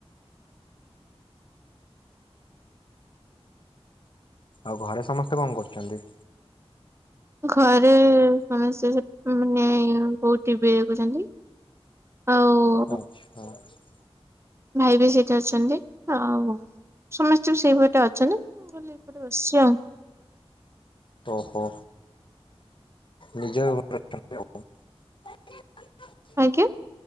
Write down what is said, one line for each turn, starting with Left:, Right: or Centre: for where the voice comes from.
Left: ଆଉ ଘରେ ସମସ୍ତେ କଣ କରୁଛନ୍ତି?
Right: ଘରେ ସମସ୍ତେ ମାନେ ବୋଉ ଟିଭି ଦେଖୁଛନ୍ତି। ଆଉ
Left: ଆଚ୍ଛା ଆଚ୍ଛା।
Right: ଭାଇ ବି ସେଇଠି ଅଛନ୍ତି ଆଉ ସମସ୍ତେ ବି ସେଇପଟେ ଅଛନ୍ତି। ମୁଁ ଖାଲି ଏପଟେ ବସିଚି ଆଉ।
Left: ଓ ହୋ। ନିଜ। <unintelligible>
Right: ଆଜ୍ଞା?